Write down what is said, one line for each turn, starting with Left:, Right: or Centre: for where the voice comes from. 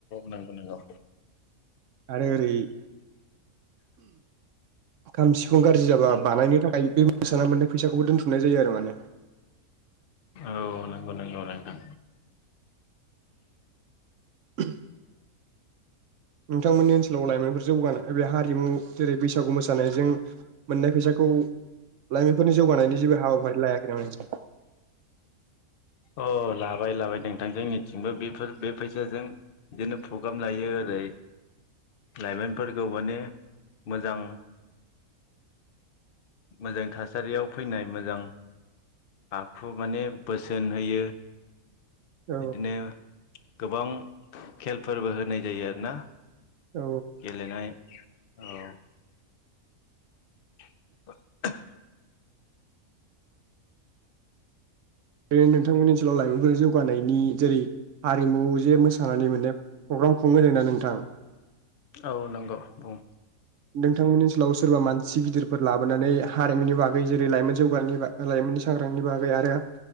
Left: नंगौ नंगौ
Right: आरो ओरै खाम सिफुं गारजि जाबा बानायनो थाखाय बे मोसाना मोननाय फैसाखौबो दोन्थुमनाय जायो आरो माने
Left: औ नंगौ नंगौ नोंथां
Right: <unintelligible> नोंथांमोननि ओनसोलाव लाइमोनफोर जौगानाय बे हारिमु जेरै बैसागु मोसानायजों मोननाय फैसाखौ लाइमोनफोरनि जौगानायनि जेबो हाबाफारि लायाखै नामा
Left: अ लाबाय लाबाय नोंथां जोंनिथिंबो बेफोर बे फैसाजों बिदिनो प्रग्राम लायो ओरै लाइमोनफोरखौ माने मोजां मोजां थासारियाव फैनाय मोजां आखु माने बोस सोन होयो
Right: औ
Left: बिदिनो गोबां खेलफोरबो होनाय जायो आरो ना
Right: औ
Left: गेलेनाय औ <inaudible>
Right: बै नोंथांमोननि ओनसोलाव लाइमोनफोरजों जौगानायनि जेरै हारिमु जे मोसानानै मोनो प्रग्राम खुङो होनोना नोंथां
Left: औ नंगौ बुं
Right: नोंथांमोननि <unintelligible> सोरबा मानसि गिदिरफोर लाबोनानै हारिमुनि बागै जेरै लाइमोन जौगानायनि बाग लाइमोननि सांग्रांनि बागै आरो